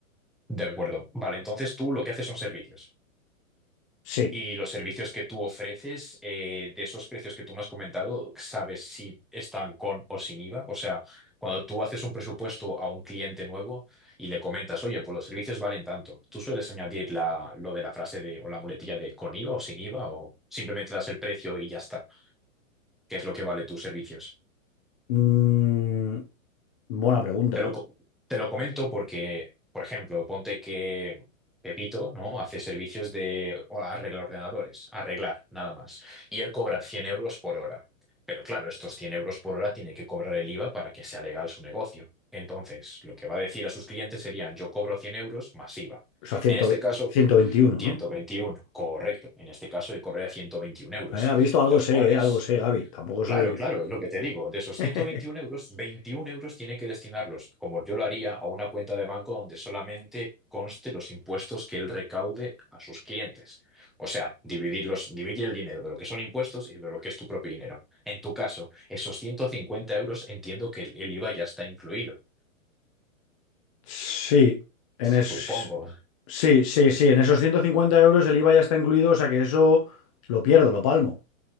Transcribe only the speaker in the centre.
De acuerdo. Vale, entonces tú lo que haces son servicios.
Y los servicios que tú ofreces, eh, de esos precios que tú me has comentado, ¿sabes si están con o sin IVA? O sea, cuando tú haces un presupuesto a un cliente nuevo y le comentas, oye, pues los servicios valen tanto, ¿tú sueles añadir la, lo de la frase de, o la muletilla de con IVA o sin IVA? ¿O simplemente das el precio y ya está? ¿Qué es lo que vale tus servicios?
Te lo, co- te lo comento porque, por ejemplo, ponte que Pepito, ¿no? Hace servicios de o arreglar ordenadores, arreglar, nada más. Y él cobra 100 euros por hora. Pero claro, estos 100 euros por hora tiene que cobrar el IVA para que sea legal su negocio. Entonces, lo que va a decir a sus clientes serían, yo cobro 100 euros más IVA.
En este caso,
ciento
veintiuno correcto. En este caso, él cobraría 121 euros,
los
cuales
Claro,
claro, es lo que te digo. De esos
121 euros, 21 euros tiene que destinarlos, como yo lo haría, a una cuenta de banco donde solamente conste los impuestos que él recaude a sus clientes. O sea, dividirlos, dividir el dinero de lo que son impuestos y de lo que es tu propio dinero. En tu caso, esos 150 euros entiendo que el el IVA ya está incluido.
Supongo.